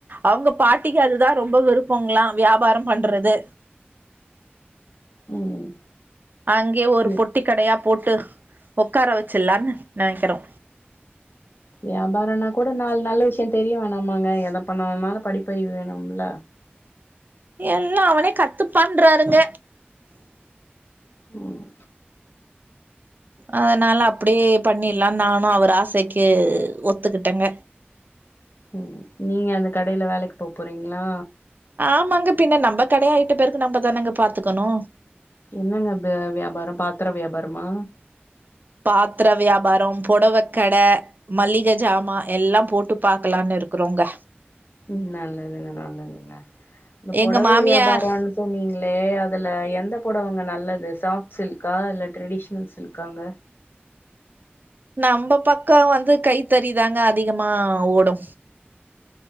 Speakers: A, on the right; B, on the left.
A: அவுங்க பாட்டிக்கு அதுதா ரொம்ப விருப்பங்ளா வியாபாரோ பண்றது
B: ம்
A: அங்கயே ஒரு
B: யா
A: பொட்டி கடயா போட்டு ஒக்கார வச்சிலானு நனைக்றோ
B: வியாபாரனா கூட நாலு நல்ல விஷயோ தெரிய வேணாமாங்க எத பன்னனுனாலு படிப்பறிவு வேணும்ல
A: எல்லா அவனே கத்துப்பான்றாருங்க
B: ம்
A: அதனால அப்டியே பன்னிட்லானு நானு அவரு ஆசக்கி ஒத்துக்கிட்டங்க
B: ம் நீங்க அந்த கடைல வேலைக்கு போ போறீங்ளா
A: ஆமாங்க பின்ன நம் கடையா ஆயிட்ட பிறகு நம்பதானங்க பாத்துக்கணு
B: என்னங்க ப வியாபாரோ பாத்தர வியாபாரமா
A: பாத்தர வியாபாரோ‌ பொடவக்கட மள்ளிக ஜாமா எல்லா போட்டு பாக்லான் இருக்கறோங்க
B: ம் நல்லதுங்க நல்லதுங்க இந்த
A: எங்க
B: பொடவ
A: மாமியார்
B: வியாபாரோன் சொன்னீங்ளே அதுல எந்த பொடவங்க நல்லது சாஃப்ட் சில்க்கா இல்ல ட்ரெடிஷ்னல் சில்க்காங்க
A: நம்ந பக்கோ வந்து கைத்தறி தாங்க அதிகமா ஓடு